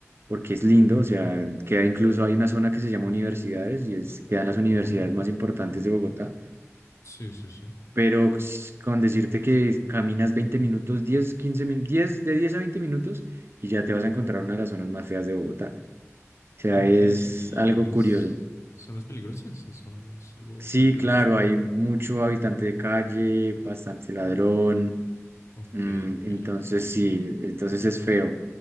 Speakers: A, on the right (about 50°); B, on the left (about 70°).
A: porque es lindo, o sea, queda incluso, hay una zona que se llama universidades y es, quedan las universidades
B: Ujú.
A: más importantes de Bogotá,
B: Sí, sí, sí.
A: pero s- con decirte que caminas 20 minutos, 10 15 minutos, 10 de 10 a 20 minutos y ya te vas a encontrar una de las zonas más feas de Bogotá. O sea,
B: Ok,
A: es
B: y
A: algo
B: es-
A: curioso.
B: son las peligrosas, ¿Eso no es algo
A: Sí,
B: peligroso.
A: claro, hay mucho habitante de calle, bastante ladrón,
B: Ok,
A: mm,
B: ok,
A: entonces
B: ok.
A: sí, entonces es feo.